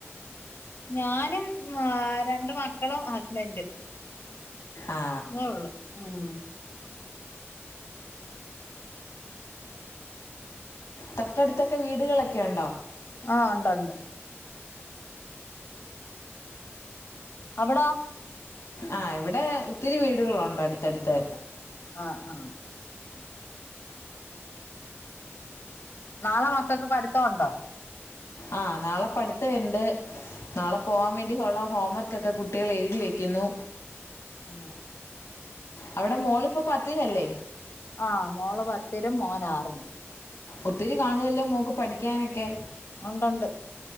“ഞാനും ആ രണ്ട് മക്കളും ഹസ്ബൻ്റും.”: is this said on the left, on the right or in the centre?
Left